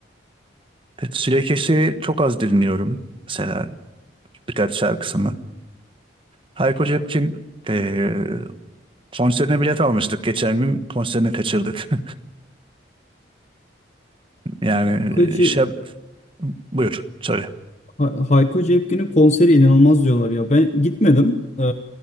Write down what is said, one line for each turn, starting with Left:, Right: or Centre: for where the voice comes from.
Right: E, Sürekli çok az dinliyorum. Mesela birkaç şarkısını. Hayko Cepkin eee konserine bilet almıştık. Geçen gün konserini kaçırdık. <laughs> Yani
Left: Yakıcı
Right: şey buyur söyle.
Left: Ha- Hayko Cepkin'in konseri inanılmaz diyorlar ya. Ben gitmedim. Ee,